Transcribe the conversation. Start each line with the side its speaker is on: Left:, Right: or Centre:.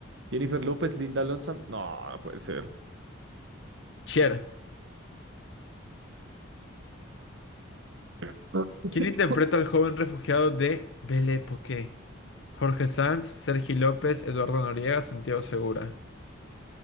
Right: Jennifer López, Linda Lonson. No, no puede ser.
Left: Cher.
Right: <laughs>
Left: ¿Quién interpreta al joven refugiado de Belle Époque? Jorge Sanz, Sergi López, Eduardo Noriega, Santiago Segura.